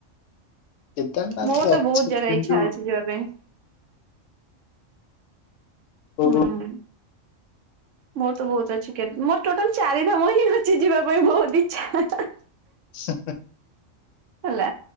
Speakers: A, on the left; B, on the right.
A: କେଦାରନାଥ
B: ମୋର ତ
A: ଅଛି
B: ବହୁତ ଜାଗା
A: କିନ୍ତୁ
B: ଇଚ୍ଛା ଅଛି ଯିବା ପାଇଁ।
A: କୋଉ
B: ହୁଁ। ମୋର ତ ବହୁତ ଅଛି କେ‌ ମୋର ଟୋଟାଲ ଚାରିଧାମ ହିଁ ଅଛି ଯିବା ପାଇଁ ବହୁତ ଇଚ୍ଛା ହାଁହାଁ।
A: ହ
B: ହେଲା